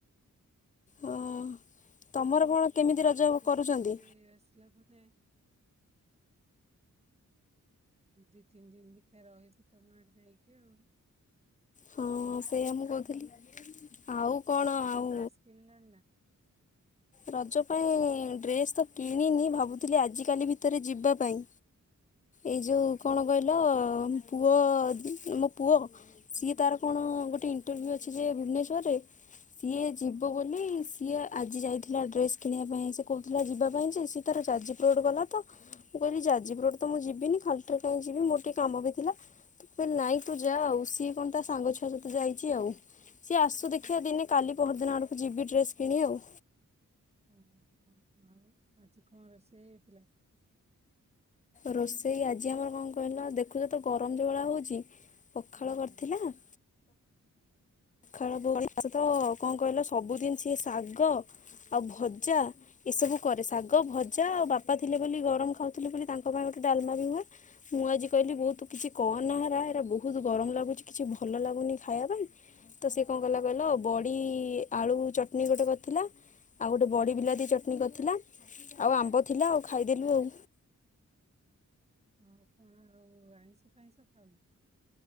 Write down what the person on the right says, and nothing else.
ବୁଲି
ଆସିବୁ
ବୁଲି ଆସିଲା ପରେ ଦି ତିନି ଦିନ ଦେଖିବା ରହିବୁ ତମ ଆଡେ ଯାଇକି ଆଉ।
ଆଉ
ରଜ ପାଇଁ
ଡ୍ରେସ୍ କିଣିଲଣି ନା?
<unintelligible>
ହୁଁ,
ହଁ
ହଁ।
ଓ ଆଉ ଆଜି କଂ ରୋଷେଇ ହେଇଥିଲା?
ହୁଁ,
ହୁଁ,
ହଁ କଣ ଆଉ ଆଇଁଷ ଫାଇଁଷ ଖାଉନୁ?